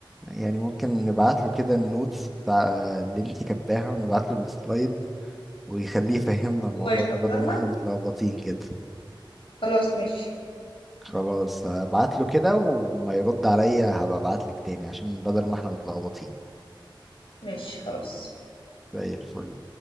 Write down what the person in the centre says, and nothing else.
يعني ممكن نبعت له كده النوتس بتاع اللي أنت كاتباها ونبعت له السلايد ويخليه يفهمنا الموضوع
ده بدل
ما إحنا متلخبطين كده
خلاص هبعت له كده وما يرد عليا هبقى ابعت لك تاني عشان بدل ما إحنا متلخبطين
زي الفل